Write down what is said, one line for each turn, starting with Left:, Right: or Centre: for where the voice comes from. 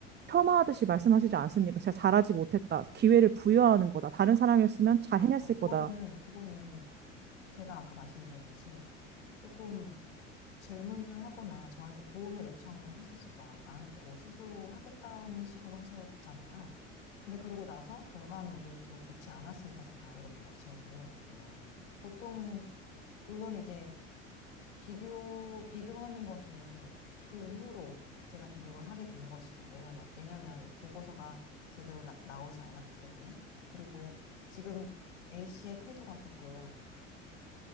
Right: 폄하하듯이 말씀하시지 않습니까? 제가 잘하지 못했다. 기회를 부여하는 거다. 다른 사람이었으면 잘
Left: 그렇죠.
Right: 해냈을
Left: 그거는,
Right: 거다.
Left: 그거는 제가 아까 말씀드렸듯이 조금 질문을 하거나 저한테 도움을 요청을 하시지도 않, 않고 스스로 하겠다는 식으로 하셨잖아요. 근데 그러고 나서 결과물이 좋, 좋지 않았으니까 제가 이렇게 말씀드리는 거고요. 보통은, 물론 이제 비교, 비교하는 것은 그 이후로 제가 비교를 하게 된 것이죠. 왜냐면, 왜냐면 보고서가 제대로 나, 나오지 않았기 때문에. 그리고 지금 A씨의 태도가 조금